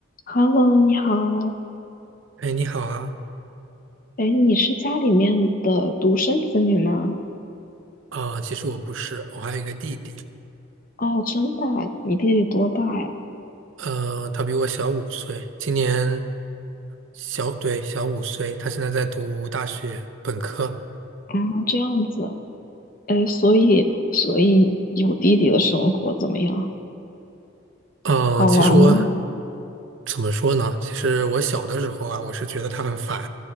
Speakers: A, on the left (about 40°); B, on the right (about 65°).
A: Hello，你好。
B: 哎，你好啊！
A: 哎，你是家里面的独生子女吗？
B: 啊、其实我不是，我还有一个弟弟，
A: 哦，真的啊你弟弟多大呀？
B: 呃，他比我小五岁，今年小，对，小五岁，他现在在读大学本科。
A: 啊，这样子。哎，所以，所以有弟弟的生活怎么样？
B: 嗯、
A: 好玩吗？
B: 其实我怎么说呢？其实我小的时候啊，我是觉得他很烦，